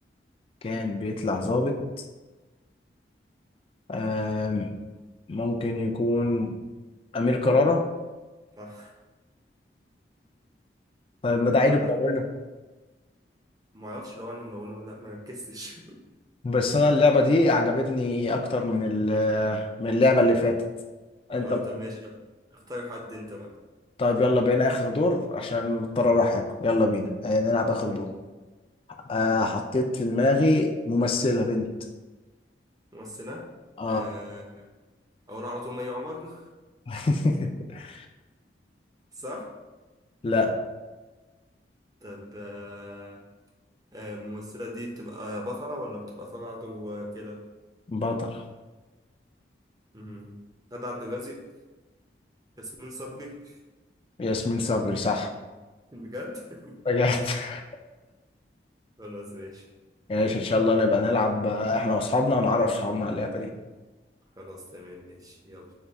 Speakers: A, on the left (about 30°); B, on the right (about 20°).
A: كان بيطلع ظابط آه ممكن يكون أمير كرارة
B: صح
A: طيب ما ده عينه
B: يلا
A: ملونة
B: معرفش لو أنا ملونة ولا لأ ما ركزتش <laughs>
A: بس أنا اللعبة دي عجبتني أكتر من ال- من اللعبة اللي فاتت أنت
B: آه طب ماشي يلا. اختار حد أنت بقى
A: طيب يلا بينا آخر دور عشان مضطر أروح آكل. يلا بينا آه، نلعب آخر
B: ماشي.
A: دور آه حطيت في دماغي ممثلة بنت
B: ممثلة
A: اه
B: آه، أقول على طول مي عمر
A: <laughs>
B: <laughs> صح؟
A: لا
B: طب آه، آه، الممثلة دي بتبقى بطلة ولا بتبقى طالعة كده؟
A: بطلة
B: مم. غادة عبد الرازق ياسمين صبري
A: ياسمين صبري صح
B: <laughs> بجد <laughs>
A: رجعت <laughs>
B: خلاص ماشي
A: ماشي ان شاء الله نبقى نلعب آه، احنا واصحابنا ونعرف اصحابنا على اللعبة دي
B: خلاص تمام ماشي يلا